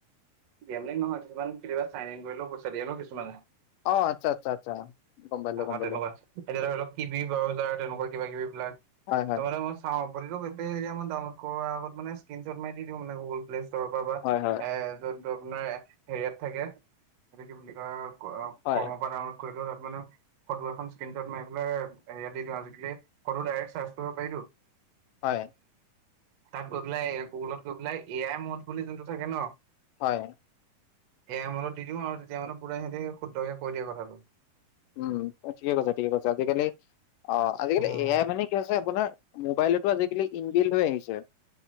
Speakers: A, on the right; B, on the left.
A: গেমলিং নহয়, কিছুমান কেতিয়াবা চাইন ইন কৰিলেও পইচা দিয়ে ন কিছুমানে।
B: অঁ, আচ্ছা আচ্ছা আচ্ছা গম পালো
A: অ',
B: গম পালো।
A: <inaudible>
B: হয় হয়
A: চাওঁ, প্ৰতিটো সৈতে এয়া মই ডাউনলোড কৰাৰ আগত মানে স্ক্ৰীনশ্বট মাৰি দি দিওঁ মানে গুগল প্লেচ ওচৰ পৰা বা
B: হয় হয়
A: এ যোনটো আপোনাৰ হেৰিয়াত থাকে, সেইটো কি বুলি কয় অঁ
B: হয়
A: কৰ্ম পৰা ডাউনলোড কৰি তাত মানে ফটো এখন স্ক্ৰীণটত মই পেলাই, ইয়াত দি দিওঁ আজিকালি ফটো ডাইৰেক্ট চাৰ্চ কৰিব পাৰি তো।
B: হয়
A: তাত গৈ পেলাই গুগলত গৈ পেলাই এ আই মুড বুলি যোনটো থাকে ন,
B: হয়।
A: এ আই মুডত দি দিওঁ আৰু তেতিয়া মানে পুৰা সিহঁতি শুদ্ধকে কৈ দিয়ে কথাটো।
B: উম ঠিকে কৈছা ঠিকে কৈছা, আজিকালি অঁ আজিকালি
A: উম,
B: এ আই মা নে কি হৈছে আপোনাৰ মোবাইলতো আজিকালি ইনবিলত হৈ আহিছে।